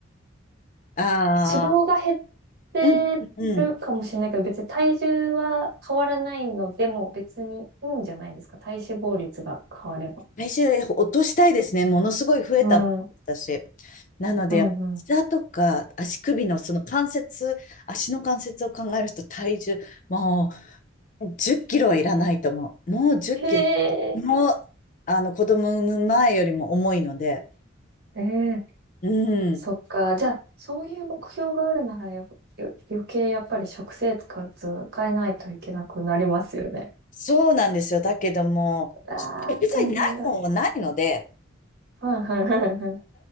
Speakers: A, on the left; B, on the right.
A: ああ、
B: 脂肪が減ってるかもしれないけど、
A: うん、うん。
B: 別に体重は変わらないのでも別にいいんじゃないですか。体脂肪率が変われば。
A: 体重落としたいですね。ものすごい増えた、
B: うん。う
A: 私。なので、
B: んう
A: やっぱ膝とか足首のその関節、足の関節を考えると体重、もう10キロはいらないと思う。もう10キロ。
B: ん。へ
A: もう、
B: え。
A: あの、子供産む前よりも重いので、
B: ええ。
A: うん。
B: そっか。じゃあ、そういう目標があるならよ、よ、余計やっぱり食生活を変えないといけなくなりますよね。
A: そうなんですよ。だけども、
B: ああ、
A: 別にないもんはないので、
B: 大変だ。はいはいはいはい。